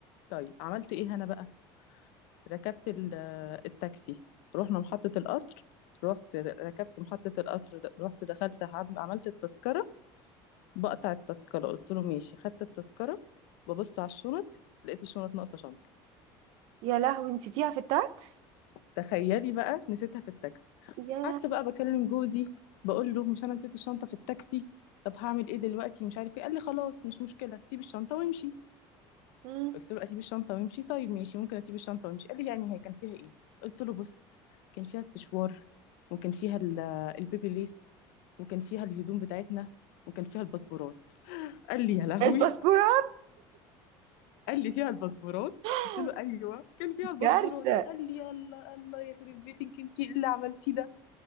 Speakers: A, on the left; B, on the right.
A: طيب عملت ايه انا بقى ركبت ال- التاكسي رحنا محطة القطر رحت ركبت محطة القطر د- رحت دخلت عم- عملت التذكرة بقطع التذكرة قلت له ماشي خدت التذكرة ببص على الشنط لقيت الشنط ناقصة شنطة
B: يا لهوي نسيتيها في التاكس
A: تخيلي بقى نسيتها في التاكسي
B: يا لهوي.
A: قعدت بقى بكلم جوزي بقول له مش انا نسيت الشنطة في التاكسي طب هعمل ايه دلوقتي مش عارف ايه قال لي خلاص مش مشكلة سيب الشنطة وامشي
B: مم.
A: قلت له اسيب الشنطه وامشي طيب ماشي ممكن اسيب الشنطه وامشي قال لي يعني هي كان فيها ايه قلت له بص كان فيها السشوار وكان فيها ال- البيبي ليس وكان فيها الهدوم بتاعتنا وكان فيها الباسبورات قال لي يا لهوي
B: الباسبورات
A: قال لي فيها الباسبورات
B: <laughs>
A: قلت له ايوه كان فيها
B: دي
A: الباسبورات
B: كارثة
A: قال لي يلا الله يخرب بيتك انت إيه اللي عملتيه ده